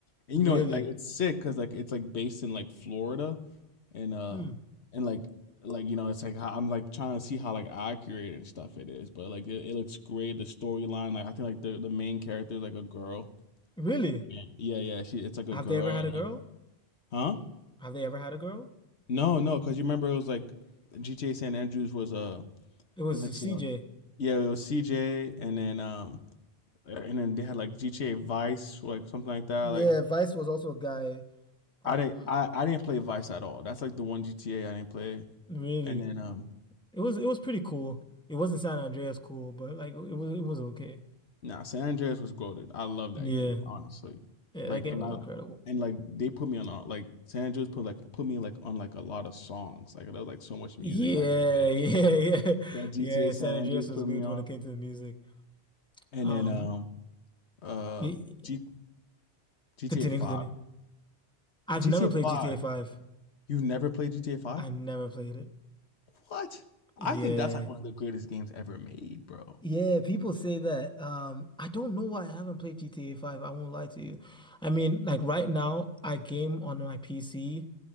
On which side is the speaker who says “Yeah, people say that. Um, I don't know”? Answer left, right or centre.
Centre